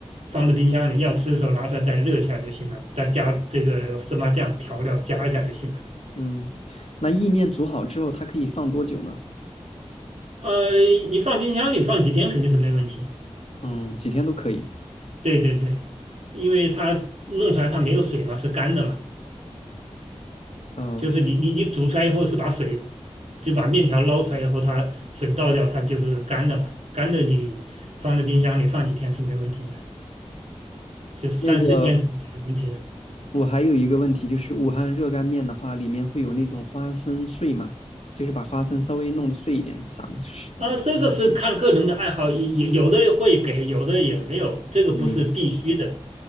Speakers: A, on the right (about 70°); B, on the left (about 60°).
A: 放在冰箱里，要吃的时候拿出来再热一下就行了，再加这个芝麻酱调料加一下就行了。
B: 嗯，那意面煮好之后，它可以放多久呢？
A: 呃，你放冰箱里放几天肯定是没问题。
B: 嗯，几天都可以。
A: 对对对，因为它弄出来它没有水嘛，是干的嘛，
B: 嗯，OK。
A: 就是你你你煮出来以后是把水，就把面条捞出来以后，它水倒掉，它就是干的嘛。干的你放在冰箱里放几天是没问题的，就是三四天肯定是没问题的。
B: 那个，我还有一个问题，就是武汉热干面的话，里面会有那种花生碎吗？就是把花生稍微弄得碎一点，撒撒上去。
A: 啊，这个是看个人的爱好，有有的会给，有的也没有，这个不是必须的。
B: 嗯